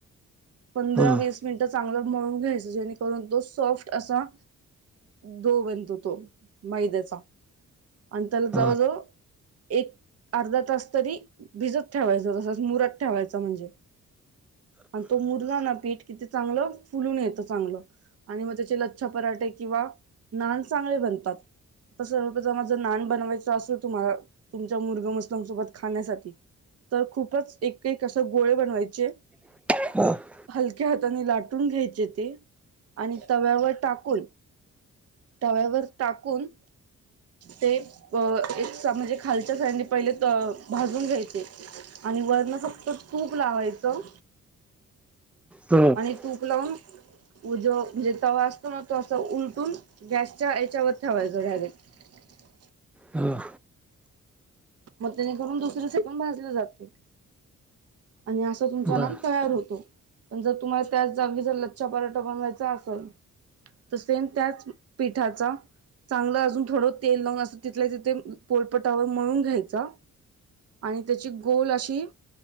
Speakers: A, on the right (about 55°); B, in the centre.
A: पंधरा
B: हं
A: वीस मिनिट. चांगलं मळून घ्यायच जेणेकरून तो सॉफ्ट असा. दो बनतो तो मैद्याचा. आणि त्याला जवळजवळ
B: हं
A: एक अर्धा तास तरी भिजतं. ठेवायच तसच मुरात ठेवायच म्हणजे आणि तो मु- पीठ कि चांगलं फुलून येत चांगल आणि मग त्या लच्छा पराठे किंवा नान. चांगले बनतात. तसं माझं नान बनवायच असेल तुम्हाला तुमच्या मुरगम मस्लम सोबत खाण्यासाठी. तर खूपच एक एकसं गोळे बनवायचे.
B: <inaudible>
A: हलक्या हाताने लाटून घ्यायचे ते आणि तव्यावर टाकून तव्यावर टाकून. ते म्हणजे खालच्या साइडने पहिले भाजून घ्यायचे. आणि वरण फक्त तूप लावायचं.
B: बर
A: आणि
B: हां
A: तूप लावून उ जो. म्हणजे तवा असतो ना तो अस उलटून गॅसच्या याच्यावर ठेवायचो डायरेक्ट. <unintelligible>
B: ह.
A: मग जेणेकरून दुसर साइड पण भाजले जाते. आणि असं तुमचां
B: बर
A: नान तयार होतो. पण जर तुम्हाला त्याच जागी जर लच्छा पराठा बनवायचा असेल, तसे त्याच पिठाचा. चांगलं अजून थोडं तेल लावून असं तिथल्या तिथे पोलपटावर मळून घ्यायचा. आणि त्याची गोल अशी.